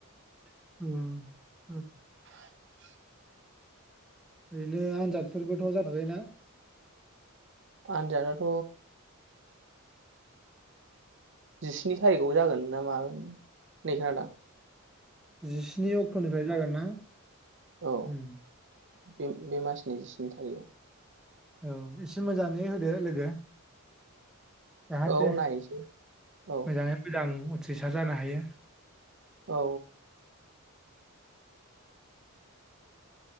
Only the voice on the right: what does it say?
<inaudible>
आनजादाथ जिस्नि थारिखआव जागोन ना मागोन होननाय खोनादां।
औ
बे बे मासनि जिस्नि थारिगाव
औ नायनोसै औ
औ